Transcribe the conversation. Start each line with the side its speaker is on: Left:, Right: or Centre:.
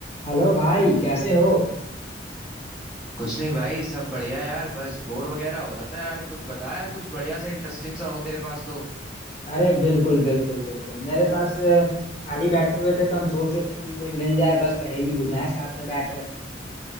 Left: Hello भाई कैसे हो
Centre: कुछ नहीं भाई सब बढ़िया यार बस बोर वगैरह हो रहा था यार कुछ बता यार कुछ बढ़िया सा इंटरेस्टिंग सा हो तेरे पास तो
Left: अरे बिल्कुल बिल्कुल बिल्कुल मेरे पास अ, खाली बैठे हुए थे तो हम सोच रहे थे कि कोई मिल जाए बस पहेली बुझाएं साथ में बैठकर